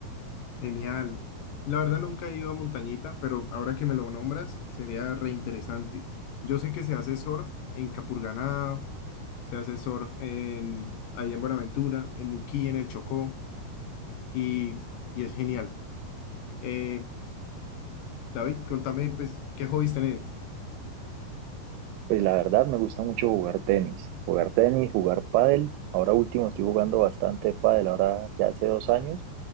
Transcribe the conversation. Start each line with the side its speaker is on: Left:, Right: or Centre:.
Left: Genial. La verdad nunca he ido a montañita, pero ahora que me lo nombras, sería reinteresante. Yo sé que se hace surf en Capurganá, se hace surf en, allá en Buenaventura, en Nuquí, en el Chocó, y, y es genial. Eh, David, contame, pues, ¿qué hobbies tenés?
Right: Pues la verdad me gusta mucho jugar tenis, jugar tenis, jugar pádel. Ahora último estoy jugando bastante pádel, ahora ya hace dos años